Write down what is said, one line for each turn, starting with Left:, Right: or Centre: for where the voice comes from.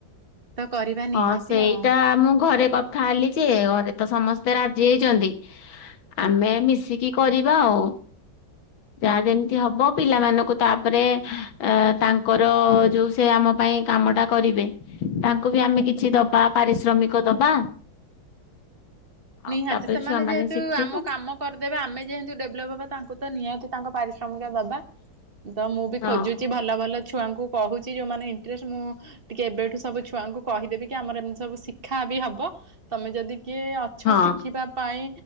Right: ତ କରିବା
Left: ହଁ
Right: ନିହାତି
Left: ସେଇଟା
Right: ଆଉ
Left: ମୁଁ ଘରେ କଥା ହେଲି ଯେ ଘରେ ତ ସମସ୍ତେ ରାଜି ହେଇଛନ୍ତି। ଆମେ ମିଶିକି କରିବା ଆଉ। ଯାହା ଯେମିତି ହବ ପିଲାମାନଙ୍କୁ ତାପରେ ଏ ତାଙ୍କର ଯୋଉ ସେ ଆମ ପାଇଁ କାମଟା। କରିବେ। ତାଙ୍କୁ ବି ଆମେ କିଛି ଦବା ପାରିଶ୍ରମିକ ଦବା। ଆଉ
Right: ନିହାତି
Left: ତାପରେ
Right: ସେମାନେ
Left: ଛୁଆ ମାନେ
Right: ଯେହେତୁ
Left: ଶିଖିବେ
Right: ଆମ କାମ‌। କରିଦେବେ ଆମେ ଯେମତି ଡେଭଲପ୍ ହବା ତାଙ୍କୁ ତ ନିହାତି ତାଙ୍କ ପାରିଶ୍ରମିକ ଦବା। ତ ମୁଁ ବି
Left: ହଁ
Right: ଖୋଜୁଛି ଭଲ ଭଲ ଛୁଆଙ୍କୁ କହୁଛି ଯୋଉମାନେ ଇଣ୍ଟରେଷ୍ଟ ମୁଁ। ଟିକେ ଏବେଠୁ ସବୁ ଛୁଆଙ୍କୁ କହିଦେବି କି ଆମର ଏମିତି ସବୁ ଶିକ୍ଷା ବି ହବ ତମେ ଯଦି କିଏ ଅ ଛ
Left: ହଁ।
Right: ଶିଖିବା ପାଇଁ